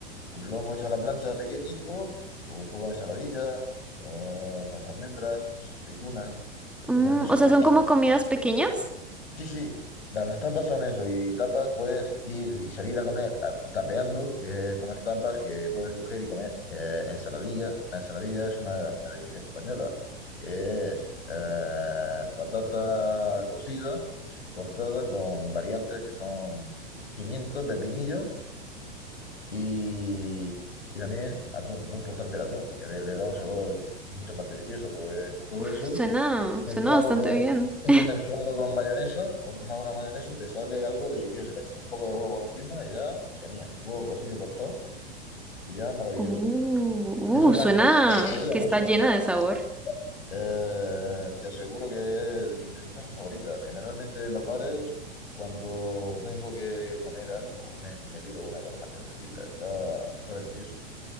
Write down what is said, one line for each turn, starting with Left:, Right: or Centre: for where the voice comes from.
Left: un lomo hecho a la plancha pequeñito, o un poco de ensaladilla, eh, unas almendras, unas aceitunas.
Centre: Mm,
Left: Te ponen eso
Centre: o
Left: como
Centre: sea, son
Left: tapa.
Centre: como comidas pequeñas.
Left: Sí, sí, las tapas son eso, y tapas puedes ir y salir a comer a- tapeando, que es comer tapas que puedes coger y comer eh, ensaladilla. La ensaladilla es una, una delicia española, que es eh, patata cocida, cortada con variantes que son pimiento, pepinillo y, y también atún, muy importante el atún, que le le da un sabor mucho más delicioso, pues con todo
Centre: Uf,
Left: eso
Centre: suena,
Left: mezclado
Centre: suena bastante
Left: Ah, con,
Centre: bien. <laughs>
Left: eso mezclado con mayonesa, con una buena mayonesa, te sale algo delicioso. Le echas un poco de huevo por encima y ya, genial. Huevo cocido cortado y ya maravilloso.
Centre: Uh,
Left: Eso es
Centre: uh, suena
Left: la, ensala- la ensaladilla
Centre: que
Left: rusa,
Centre: está
Left: ¿eh?
Centre: llena de sabor.
Left: Eh, te aseguro que es de, mi- de mis cosas favoritas. Generalmente en los bares, cuando tengo que comer algo, me, me pido una con una cervecita. Está, está deliciosa.